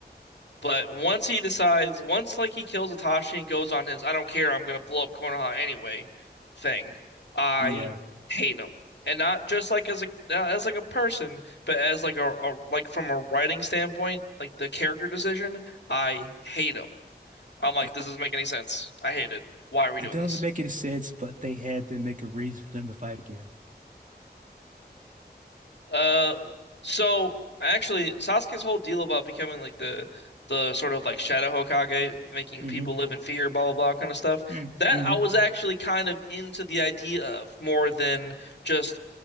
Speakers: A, on the left; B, on the right.
A: But once he decides, once like he kills Itachi and goes on his "I don't care, I'm gonna blow up Konoha anyway" thing, I
B: Yeah.
A: hate him, and not just like as a uh, as like a person, but as like a, a like from a writing standpoint, like the character decision, I hate him. I'm like,
B: Uh,
A: this doesn't make any sense. I hate it. Why are we
B: it
A: doing
B: doesn't
A: this?
B: make any sense, but they had to make a reason for them to fight again.
A: Uh, so actually, Sasuke's whole deal about becoming like the the sort of like Shadow Hokage, making
B: Mm-hmm.
A: people live in fear, blah blah blah, kind of stuff.
B: Mm-hmm.
A: That I was actually kind of into the idea of more than just,